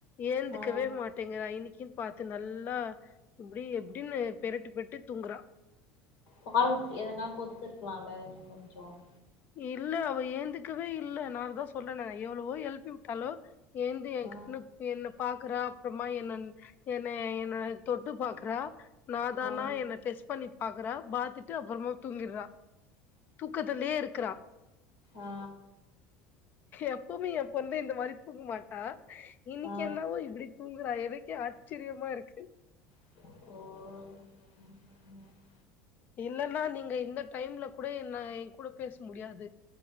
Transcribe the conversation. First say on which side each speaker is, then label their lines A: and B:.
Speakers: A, on the left (about 35°); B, on the left (about 70°).
A: ஏந்துக்கவே
B: ஆ
A: மாட்டேங்றா இன்னைக்ன் பாத்து நல்லா இப்டி எப்டின்னு பெருட்டு பெட்டு தூங்குறா
B: பால் எதனா குடுத்துருக்கலாம்ல கொஞ்சோம்
A: இல்ல அவ ஏந்துக்கவே இல்ல நான் தான் சொல்றனே எவ்ளவோ எழுப்பி விட்டாலோ ஏந்து என்
B: ஆ
A: கண்ணு என்ன பாக்குறா அப்புறமா என்ன என்ன என்ன தொட்டு பாக்றா நா தானா
B: ஆ
A: என்ன டெஸ் பண்ணி பாக்குறா பாத்துட்டு அப்புறமா தூங்கிட்றா தூக்கத்திலே இருக் க்குறா
B: ஆ
A: எப்பவுமே என் பொண்ணு இந்த மாரி தூங்க மாட்டா இன்னிக்கு
B: ஆ
A: என்னவோ இப்டி தூங்குறா எனக்கே ஆச்சரியமா இருக்கு
B: ஓ ம் ம்
A: இல்லன்னா நீங்க இந்த டைம்ல கூட என்ன என் கூட பேச முடியாது